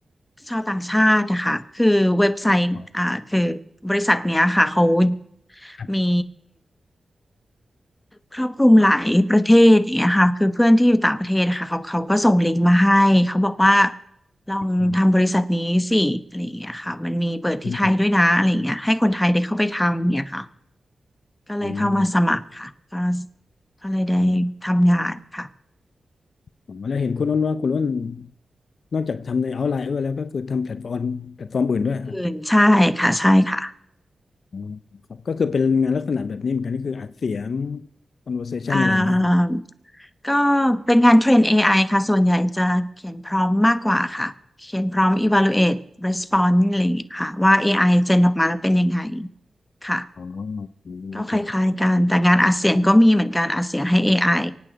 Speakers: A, on the left; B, on the left.
A: ชาวต่างชาติอะค่ะคือเว็บไซต์อ่าคือบริษัทเนี้ยค่ะเขา
B: อ๋อครับ
A: มี ครอบคลุมหลายประเทศอย่างเงี้ยค่ะคือเพื่อนที่อยู่ต่างประเทศนะคะเขาเขาก็ส่งลิงก์มาให้เขาบอกว่าลองทำบริษัทนี้สิอะไรอย่างเงี้ยค่ะมันมีเปิดที่ไทยด้วยนะอะไรอย่างเงี้ยให้คนไทยได้เข้าไปทำเนี่ยค่ะ
B: อืมอืม
A: ก็เลยเข้ามาสมัครค่ะก็
B: อืม
A: ก็เลยได้ทำงานค่ะ
B: อืม๋อแล้วเห็นคุณอ้นว่าคุณอ้นนอกจากทำในเอาไลน์เออแล้วก็คือทำแพลตฟอร์มแพลตฟอร์มอื่นด้วยครับ
A: อื่นใช่ค่ะใช่ค่ะ
B: อ๋อครับก็คือเป็นงานลักษณะแบบนี้เหมือนกันนี่คืออัดเสียง conversation
A: อ่า
B: อะไรอย่างเงี้ยฮะ
A: ก็เป็นงานเทรน AI ค่ะส่วนใหญ่จะเขียนพร้อมมากกว่าค่ะเขียนพร้อม evaluate response อะไรอย่างเงี้ยค่ะว่า AI เจนออกมาแล้วเป็นยังไงค่ะ
B: อ๋ออืมโอเค
A: ก็คล้ายๆกัน แต่งานอัดเสียงก็มีเหมือนกันอัดเสียงให้ AI